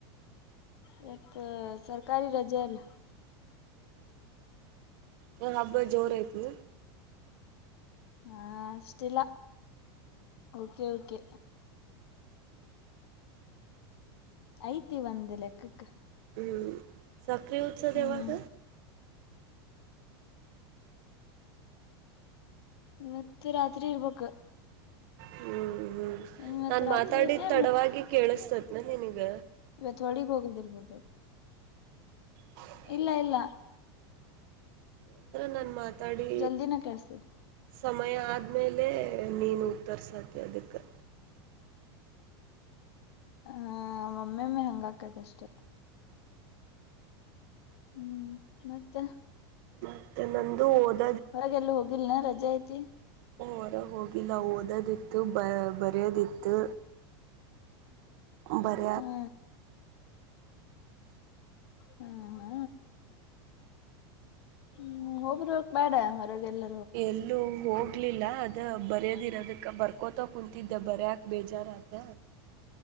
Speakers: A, on the left (about 75°); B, on the right (about 55°).
A: ಇವತ್ತ ಸರ್ಕಾರಿ ರಜೆ ಅಲ್ಲ್
B: ಹ್ಮ್ ಹಬ್ಬ ಜೋರ ಐತಿ
A: ಹಾ ಅಷ್ಟಿಲ್ಲ ಓಕೆ ಓಕೆ ಐತಿ ಒಂದ್ ಲೆಕ್ಕಕ್ಕ
B: ಹ್ಮ್ ಸಕ್ರಿ ಉತ್ಸದೆವಾಗ
A: ಹ್ಮ್ ಇವತ್ ರಾತ್ರಿ ಇರ್ಬೇಕ
B: ಹ್ಮ್ ಹ್ಮ್
A: ಇನ್ ಇವತ್
B: ನಾನ್
A: ರಾತ್ರಿ
B: ಮಾತಾಡಿದ
A: ಐತೆ
B: ತಡವಾಗಿ ಕೇಳಿಸತೇತ್ನ ನೀನಗ
A: ಇವತ್ತು ಹೊಳಿಗ್ ಹೋಗೋದಿರ್ಬೋದು
B: ಹ
A: ಇಲ್ಲ ಇಲ್ಲ
B: ಅಂದ್ರೆ ನಾನು ಮಾತಾಡಿ
A: ಜಲ್ದಿನ ಕೆಡ್ಸ್ತದ
B: ಸಮಯ ಆದಮೇಲೆ ನೀನು ತರ್ರಿಸಾತಿ ಅದಕ್ಕೆ
A: ಹ ಮಮ್ಮಿಮ್ಮಿ ಹಂಗಾಕದ ಅಷ್ಟೇ ಹ್ಮ್ ಮತ್ತೆ
B: ಮತ್ತೆ ನಂದು ಓದ
A: ಹೊರಗೆ ಎಲ್ಲ ಹೋಗಿಲ್ಲನ ರಜೆ ಐತಿ
B: ಹೊರಗೆ ಹೋಗಿ ನಾವು ಓದೋದಿತ್ತು ಬ ಬರೆಯೋದಿತ್ತು ಬರ
A: ಹಾ ಹಾ ಹಾ ಹ್ಮ ಹಬ್ರರಗ ಬೇಡ ಹೊರಗೆಲ್ಲ
B: ಎಲ್ಲೂ ಹೋಗಿ ಆಗಲಿಲ್ಲ ಅದು ಬರ್ಯೋದಿರೋದಕ್ಕೆ ಬರ್ಕೋತಾ ಕುತಿದ್ದೆ ಬರಕ ಬೇಜಾರತ್ತ